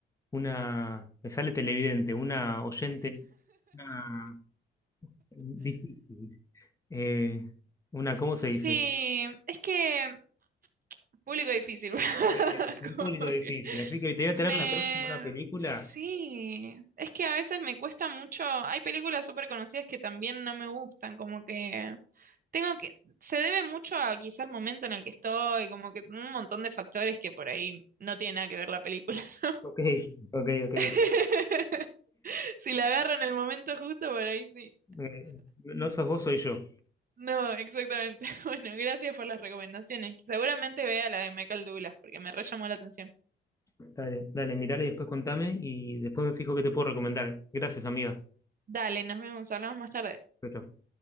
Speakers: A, on the left; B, on the right.
A: una, me sale televidente, una oyente, una difícil. Eh, una, ¿cómo se
B: Sí,
A: dice?
B: es que Público difícil. <laughs>
A: Eh, un
B: Como
A: público difícil.
B: que
A: Así que te voy a
B: me...
A: traer la próxima una película.
B: Sí, es que a veces me cuesta mucho. Hay películas súper conocidas que también no me gustan, como que tengo que... Se debe mucho a quizá el momento en el que estoy, como que un montón de factores que por ahí no tiene nada que ver la película, <laughs> ¿no?
A: Ok, ok, ok.
B: <laughs> Si la agarro en el momento justo, por ahí sí.
A: Eh, no sos vos, soy yo.
B: No, exactamente. <laughs> Bueno, gracias por las recomendaciones. Seguramente vea la de Michael Douglas, porque me re llamó la atención.
A: Dale, dale, mirale y después contame y después me fijo qué te puedo recomendar. Gracias, amiga.
B: Dale, nos vemos, hablamos más tarde.
A: Chau, chau.